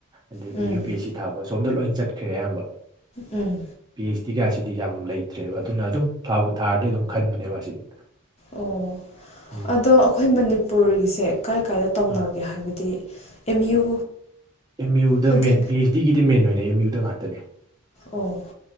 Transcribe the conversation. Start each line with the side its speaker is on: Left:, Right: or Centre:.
Right: ꯑꯗꯒꯤ
Left: ꯎꯝ
Right: ꯌꯨ ꯄꯤ ꯑꯦꯁ ꯁꯤ ꯊꯥꯕ ꯁꯣꯝꯗ ꯂꯣꯏ ꯆꯠꯈ꯭ꯔꯦ ꯑꯌꯥꯝꯕ
Left: ꯎꯝ
Right: ꯀꯦꯁꯇꯤꯒꯁꯤꯗꯤ ꯌꯥꯝ ꯂꯩꯇ꯭ꯔꯦꯕ ꯑꯗꯨꯅ ꯑꯗꯨꯝ ꯊꯥꯎꯕꯨ ꯊꯥꯔꯗꯤ ꯑꯗꯨꯝ ꯈꯟꯕꯅꯦꯕ ꯑꯁꯤꯗꯤ
Left: ꯑꯣ
Right: ꯎꯝ
Left: ꯑꯗꯣ ꯑꯩꯈꯣꯏ ꯃꯅꯤꯄꯨꯔꯒꯤꯁꯦ ꯀꯥꯏ ꯀꯥꯏꯗ ꯇꯧꯅꯒꯦ
Right: ꯑꯥ
Left: ꯍꯥꯏꯕꯗꯤ ꯑꯦꯝ ꯌꯨ
Right: ꯑꯦꯝ ꯌꯨꯗ
Left: ꯍꯥꯏꯗꯤ
Right: ꯃꯦꯟ ꯄꯤ ꯑꯩꯆ ꯗꯤꯒꯤꯗꯤ ꯃꯦꯟ ꯑꯣꯏꯅ ꯑꯦꯝ ꯌꯨꯗ ꯉꯥꯛꯇꯅꯦ
Left: ꯑꯣ